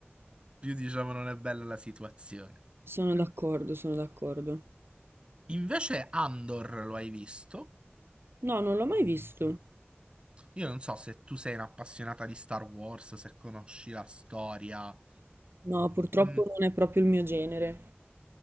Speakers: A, on the right (about 25°); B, on the right (about 60°).
A: più diciamo non è bella la situazione.
B: Sono d'accordo, sono d'accordo.
A: Invece Andor lo hai visto?
B: No, non l'ho mai visto.
A: Io non so se tu sei un'appassionata di Star Wars, se conosci la storia.
B: No, purtroppo
A: Mm,
B: non è proprio il mio genere.